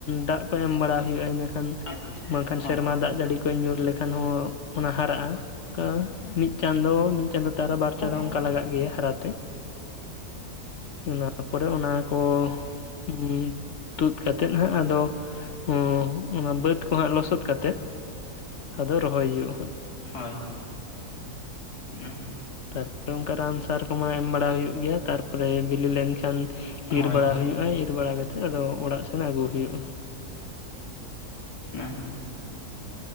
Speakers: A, on the left; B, on the left.
A: ᱫᱟᱜ ᱠᱚ ᱮᱢ ᱵᱟᱲᱟ ᱦᱩᱭᱩᱜᱼᱟ, ᱤᱱᱟᱹᱠᱷᱟᱱ
B: ᱟᱪᱪᱷᱟ᱾
A: ᱵᱟᱝᱠᱷᱟᱱ
B: ᱦᱳᱭ
A: ᱥᱮᱨᱢᱟ ᱫᱟᱜ ᱡᱟᱹᱲᱤ ᱠᱚᱭ ᱧᱩᱨ ᱞᱮᱠᱷᱟᱱ ᱦᱚᱸ ᱚᱱᱟ ᱦᱟᱨᱟᱜ-ᱟ᱾ ᱠᱟ ᱢᱤᱱ ᱪᱟᱸᱫᱚ ᱢᱤᱱ ᱪᱟᱸᱫᱳ ᱛᱟᱨᱟ ᱵᱟᱨ
B: ᱦᱳᱭ
A: ᱪᱟᱸᱫᱚ ᱚᱱᱠᱟ ᱞᱟᱜᱟᱜ ᱜᱮᱭᱟ ᱦᱟᱨᱟᱛᱮ᱾ ᱚᱱᱟ ᱯᱚᱨᱮ ᱚᱱᱟ ᱠᱚ ᱦᱩᱸᱻ ᱛᱩᱫ ᱠᱟᱛᱮᱫ ᱦᱟᱸᱜ ᱟᱫᱚ ᱦᱚᱸ ᱚᱱᱟ ᱵᱟᱹᱫᱽ ᱠᱚ ᱦᱟᱸᱜ ᱞᱚᱥᱚᱫ ᱠᱟᱛᱮᱫ ᱟᱫᱚ ᱨᱚᱦᱚᱭ ᱦᱩᱭᱩᱜᱼᱟ ᱦᱟᱸᱜ
B: ᱦᱳᱭ᱾ <unintelligible>
A: ᱛᱟᱨᱯᱚᱨᱮ ᱚᱱᱠᱟ ᱨᱟᱱ ᱥᱟᱨ ᱠᱚᱢᱟ ᱮᱢ ᱵᱟᱲᱟ ᱦᱩᱭᱩᱜ ᱜᱮᱭᱟ ᱛᱟᱨᱯᱚᱨᱮ ᱵᱤᱞᱤ ᱞᱮᱱᱠᱷᱟᱱ
B: ᱦᱳᱭ
A: ᱤᱨ ᱵᱟᱲᱟ ᱦᱩᱭᱩᱜᱼᱟ ᱤᱨ ᱵᱟᱲᱟ ᱠᱟᱛᱮᱜ ᱟᱫᱚ ᱚᱲᱟᱜ ᱥᱮᱱ ᱟᱹᱜᱩ ᱦᱩᱭᱩᱜᱼᱟ᱾
B: ᱦᱮᱸ